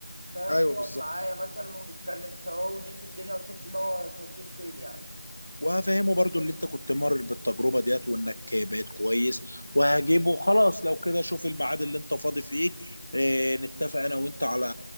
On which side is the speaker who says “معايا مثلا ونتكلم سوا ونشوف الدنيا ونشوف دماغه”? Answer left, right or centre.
Right